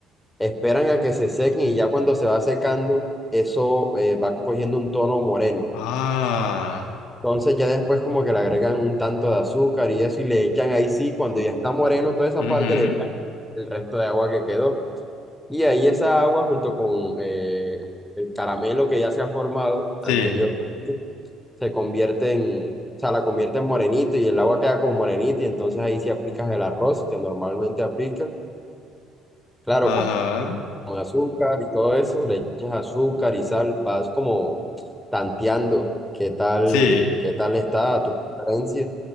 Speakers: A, in the centre; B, on the left (about 75°).
A: esperan a que se sequen y ya cuando se va secando, eso eh, va cogiendo un tono moreno.
B: Ah.
A: Entonces ya después como que le agregan un tanto de azúcar y eso y le echan ahí sí, cuando ya está moreno toda esa
B: ujú.
A: parte, le echan el resto de agua que quedó. Y ahí esa agua junto con eh, el caramelo que ya se ha formado
B: Sí.
A: anteriormente, se convierte en, o sea, la convierte en morenito y el agua queda como morenita y entonces ahí sí aplicas el arroz que normalmente aplicas. Claro,
B: Ajá.
A: con azúcar y todo eso, le echas azúcar y sal, vas como tanteando qué tal,
B: Sí.
A: qué tal está a tu preferencia.